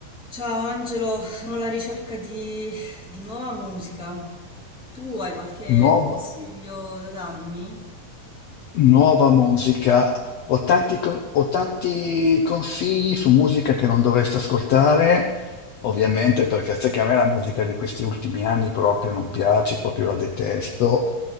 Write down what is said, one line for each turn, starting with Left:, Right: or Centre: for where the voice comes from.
Centre: Ciao Angelo, sono alla ricerca di, di nuova musica. Tu hai qualche
Left: Nuova,
Centre: consiglio da darmi?
Left: nuova musica. Ho tanti, co- ho tanti consigli su musica che non dovresti ascoltare, ovviamente, perché sai che a me la musica di questi ultimi anni proprio non piace, proprio la detesto.